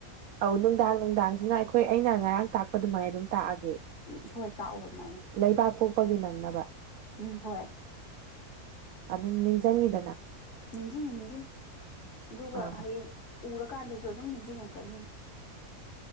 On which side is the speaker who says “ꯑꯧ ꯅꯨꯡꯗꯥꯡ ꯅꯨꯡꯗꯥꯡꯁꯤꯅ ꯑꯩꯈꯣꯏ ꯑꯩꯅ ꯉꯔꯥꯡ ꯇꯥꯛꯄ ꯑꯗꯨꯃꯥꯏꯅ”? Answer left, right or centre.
Right